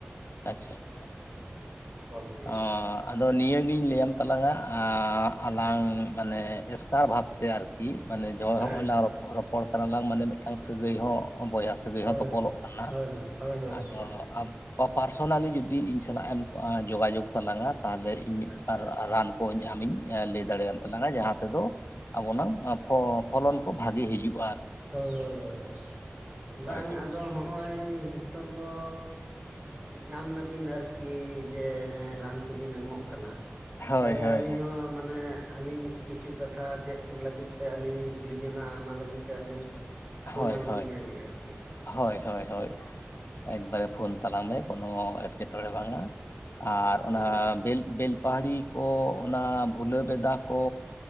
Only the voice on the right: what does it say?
ᱠᱚᱢ ᱜᱮ
ᱦᱮᱸ
ᱦᱮᱸ
ᱦᱳᱭ
ᱦᱳᱭ ᱦᱳᱭ ᱦᱳᱭ
ᱦᱳᱭ
ᱟᱪᱪᱷᱟ
ᱦᱳᱭ ᱦᱳᱭᱭ ᱵᱟᱝ
ᱟᱫᱚ ᱦᱚᱜᱼᱚᱭ ᱱᱤᱛᱚᱜ ᱫᱚ ᱧᱟᱢ ᱱᱟᱵᱤᱱ ᱟᱨᱠᱤ ᱡᱮ ᱦᱮᱸ ᱨᱟᱱ ᱠᱚᱵᱤᱱ ᱮᱢᱚᱜ ᱠᱟᱱᱟ
ᱛᱟᱦᱚᱞᱮ
ᱟᱹᱞᱤᱧ
ᱦᱚᱸ ᱢᱟᱱᱮ ᱟᱹᱞᱤᱧ ᱠᱤᱪᱷᱩ ᱠᱟᱛᱷᱟ ᱪᱮᱫ ᱞᱟᱹᱜᱤᱫ ᱛᱮ ᱟᱹᱞᱤᱧ ᱞᱤᱧ ᱠᱩᱞᱤ ᱡᱚᱱᱟᱜ ᱚᱱᱟ ᱞᱟᱹᱜᱤᱛ ᱛᱚ ᱟᱹᱞᱤᱧ ᱯᱷᱳᱱ
ᱟᱢᱟ
ᱞᱤᱧᱞᱤᱧ ᱟᱨᱠᱤ
ᱴᱷᱤᱠ